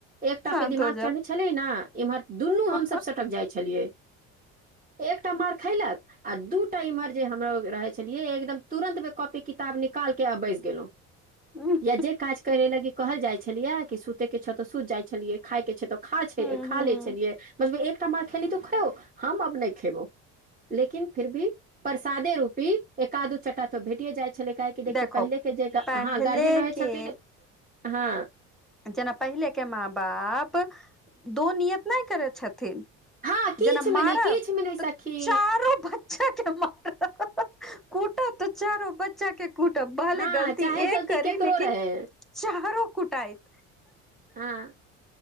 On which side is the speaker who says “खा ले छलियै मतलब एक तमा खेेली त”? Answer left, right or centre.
Right